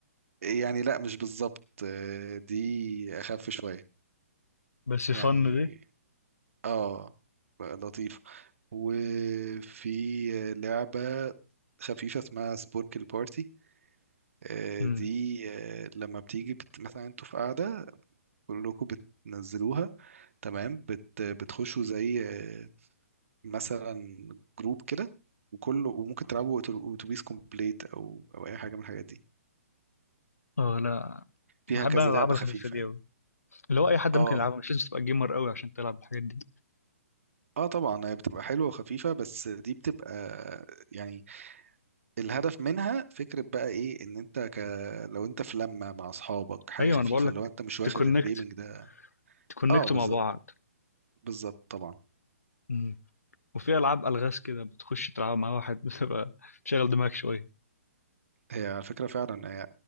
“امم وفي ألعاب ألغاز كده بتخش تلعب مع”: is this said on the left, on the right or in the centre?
Left